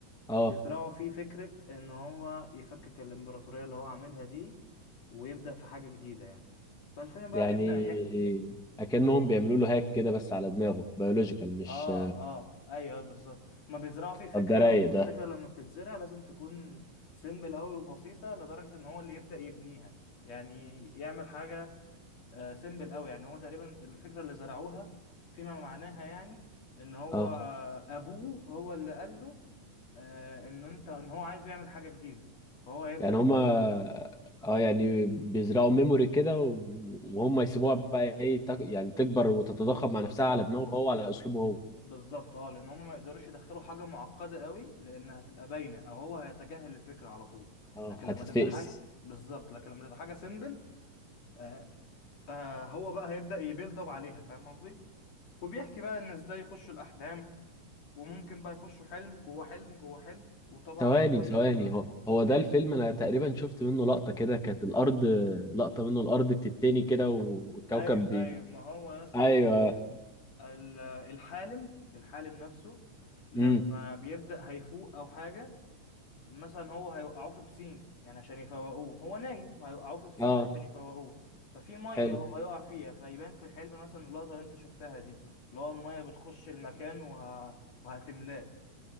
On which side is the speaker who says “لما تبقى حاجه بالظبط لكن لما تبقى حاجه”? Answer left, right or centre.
Left